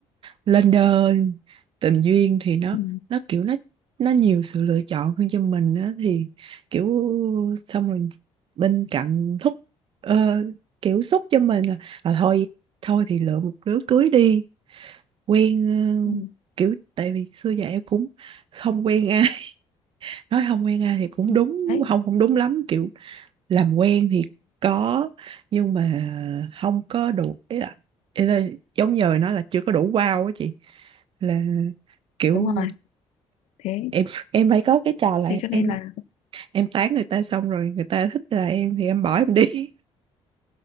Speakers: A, on the right (about 50°); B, on the left (about 85°).
A: lên đơn tình duyên thì nó
B: ừ,
A: nó kiểu nó nó nhiều sự lựa chọn hơn cho mình á thì kiểu xong rồi bên cạnh thúc ờ, kiểu xúc cho mình là à, thôi thôi thì lựa một đứa cưới đi quen
B: ừ,
A: ờ, kiểu tại vì xưa giờ em cũng không quen ai <laughs> nói không quen ai thì cũng
B: ừ.
A: đúng
B: đấy
A: không không đúng lắm kiểu làm quen thì có nhưng mà không có đủ ý là, ý là giống như nó là chưa có đủ wow á chị là kiểu
B: đúng rồi thế
A: em em phải có cái trò là
B: thế cho nên
A: em
B: là
A: em tán người ta xong rồi người ta thích là em thì em bỏ em đi